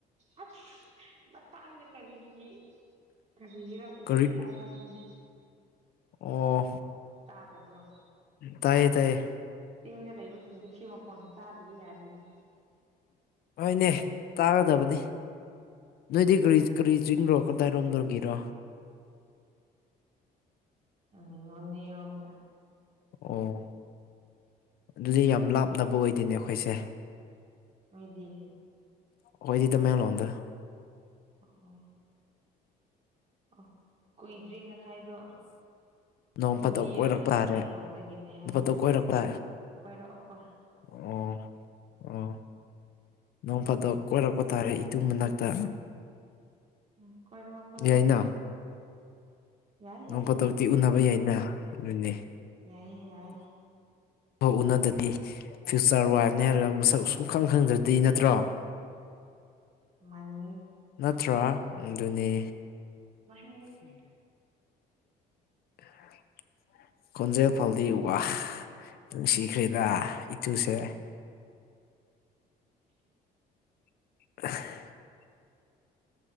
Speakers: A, on the right; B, on the left.
A: ꯑꯁ ꯃꯇꯥꯡꯗ ꯀꯔꯤꯒꯤ ꯀꯔꯤꯒꯤꯔ ꯎꯆꯦꯛ
B: ꯀꯔꯤ
A: ꯍꯥꯏꯕ꯭ꯔ ꯈꯪꯅꯩ
B: ꯑꯣ
A: ꯇꯥꯗꯕ꯭ꯔꯣ
B: ꯇꯥꯏꯌꯦ-ꯇꯥꯏꯌꯦ
A: ꯆꯤꯡꯗ ꯂꯩꯕꯁꯤꯡꯁꯤ ꯁꯤ ꯃꯈꯣꯟꯁꯦ ꯇꯥꯗꯗꯤ ꯌꯥꯗꯦꯅꯦ
B: ꯍꯣꯏꯅꯦ ꯇꯥꯒꯗꯕꯅꯤ ꯅꯣꯏꯗꯤ ꯀꯔꯤ-ꯀꯔꯤ ꯆꯤꯡꯔ‍ꯣ ꯀꯗꯥꯏꯔꯣꯝꯗꯔꯒꯤꯔꯣ
A: ꯎꯝ ꯅꯣꯅꯦꯔꯣꯝꯗ
B: ꯑꯣ ꯑꯗꯨꯗꯤ ꯌꯥꯝ ꯂꯥꯞꯅꯕ ꯑꯣꯏꯗꯦꯅꯦ ꯑꯩꯈꯣꯏꯁꯦ
A: ꯅꯣꯏꯗꯤ
B: ꯑꯈꯣꯢꯗꯤ ꯇꯥꯃꯦꯡꯂꯣꯡꯗ
A: ꯑꯣ ꯑꯣ ꯀꯨꯏꯗ꯭ꯔꯤ ꯉꯁꯥꯏꯗꯣ
B: ꯅꯣꯡ
A: ꯅꯨꯄꯤ
B: ꯐꯥꯗꯣꯛ ꯀꯣꯏꯔꯛꯄ
A: ꯑꯃ ꯇꯃꯦꯡꯂꯣꯡꯗꯒꯤꯅꯤ
B: ꯇꯥꯔꯦ
A: ꯍꯥꯏꯅꯦ
B: ꯅꯣꯡ ꯐꯥꯗꯣꯛ ꯀꯣꯏꯔꯛꯄ
A: ꯀꯣꯏꯔꯛꯀꯣꯏ
B: ꯑꯣ ꯑꯣ ꯅꯣꯡ ꯐꯥꯗꯣꯛ ꯀꯣꯏꯔꯛꯄ ꯇꯥꯔꯦ ꯏꯇꯨ ꯃꯅꯥꯛꯇ
A: ꯎꯝ ꯀꯣꯏꯔꯛꯑꯣ ꯀꯣꯏꯔꯛꯑꯣ
B: ꯌꯥꯏꯅ
A: ꯌꯥꯏ
B: ꯅꯣꯡ
A: ꯌꯥꯏ
B: ꯐꯥꯗ‌ꯣꯛꯇꯤ ꯎꯅꯕ ꯌꯥꯏꯅ ꯏꯕꯥꯅꯤ
A: ꯌꯥꯏꯌ‌ꯦ-ꯌꯥꯏꯌ‌ꯦ
B: ꯎꯅꯗ꯭ꯔꯗꯤ ꯐ꯭ꯌꯨꯆꯔ ꯋꯥꯏꯐꯅꯦ ꯍꯥꯏꯔꯒ ꯃꯁꯛ ꯁꯨꯛ ꯈꯪ ꯈꯪꯗ꯭ꯔꯗꯤ ꯅꯠꯇ꯭ꯔꯣ
A: ꯃꯅꯤ
B: ꯅꯠꯇ꯭ꯔꯥ ꯑꯗꯨꯅꯤ
A: ꯃꯅꯤ
B: <unintelligible> ꯈꯣꯟꯖꯦꯜ ꯐꯥꯎꯗꯤ ꯋꯥ ꯅꯨꯡꯁꯤꯈ꯭ꯔꯦꯗ ꯏꯇꯨꯁꯦ
A: ꯎꯝ
B: <unintelligible>